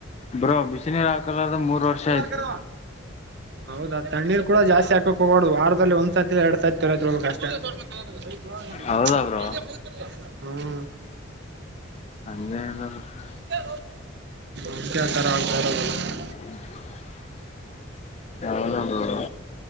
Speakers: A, on the left; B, on the right.
A: ಬ್ರೋ ಬಿಸಿ ನೀರು ಹಾಕಲಾರ್ದ ಮೂರ್ ವರ್ಷ.
B: ಕುಮಾರ್ಕರ
A: ಆಯಿತು
B: ವಾ. ಹೌದಾ ತಣ್ಣೀರ ಕೂಡ ಜಾಸ್ತಿ ಹಾಕಕ ಹೋಗಬಾಡದು ವಾರದಲ್ಲಿ ಒಂದ್ಸತಿ ಲ ಎರಡ ಸತಿ ತೊರ ತೊಬೇಕ ಅಷ್ಟ. <unintelligible>
A: ಹೌದಾ ಬ್ರೋ
B: ಹ್ಮ
A: ಹಂಗೆ ನಿಲ್ಲ ಬ್ರೊ.
B: <unintelligible> ಅದಕೆ ಆ ತರ ಆಗತಾ ಇರೋದು ಅದ.
A: <unintelligible>